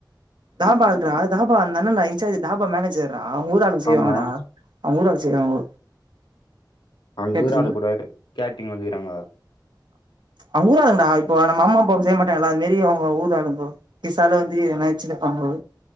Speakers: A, on the right; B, on the left.
A: தாபா தா தாபா அதுனால நா இன்சார்ஜ் தாபா மேனேஜர் நா கூட ஆளுங்க செய்வாங்கடா
B: ஆமா
A: அவங்க ஊரு ஆள் செய்வாங்க
B: அங்கூரு
A: கேட்ரிங்
B: ஆளு கூட கேட்டிங் வந்துக்கிறாங்கா
A: அவங்க ஊரா ஆளுங்கடா இப்போ நம்ம அம்மா அப்பா செய்ய மாட்டாங்களா அது மாரி அவங்க ஊரா ஆளுங்க கிஸாலு வந்து என்னாச்சுப்பாங்கோ